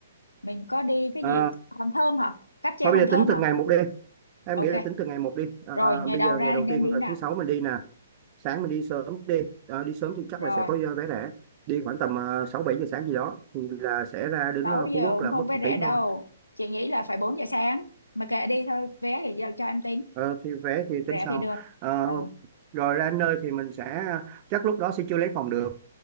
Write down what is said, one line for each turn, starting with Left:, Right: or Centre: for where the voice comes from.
Left: mình có đi cái
Right: Ờ,
Left: gì hòn thơm hả cáp treo
Right: thôi bây
Left: hòn
Right: giờ
Left: thơm
Right: tính từng
Left: hả
Right: ngày một đi em
Left: ok
Right: nghĩ là tính từ ngày một đi Ờ,
Left: rồi ngày
Right: bây
Left: đầu
Right: giờ
Left: ra
Right: ngày đầu
Left: thì nên
Right: tiên
Left: đi
Right: là
Left: nào
Right: thứ sáu mình đi nè sáng mình đi sớm đi Ờ, đi sớm thì chắc
Left: rồi
Right: là sẽ có ờ, vé rẻ đi khoảng tầm ờ, sáu bảy giờ sáng gì đó thì là sẽ ra đến
Left: 6
Right: ờ,
Left: giờ
Right: Phú Quốc
Left: cũng
Right: là
Left: không
Right: mất
Left: phải
Right: một
Left: rẻ
Right: tiếng
Left: đâu
Right: thôi
Left: chị nghĩ là phải 4 giờ sáng mà kệ đi thôi vé thì giao cho em tính
Right: Ờ, thì vé thì
Left: rẻ
Right: tính sau
Left: thì được
Right: Ờ,
Left: ừ
Right: rồi ra đến nơi thì mình sẽ chắc lúc đó sẽ chưa lấy phòng được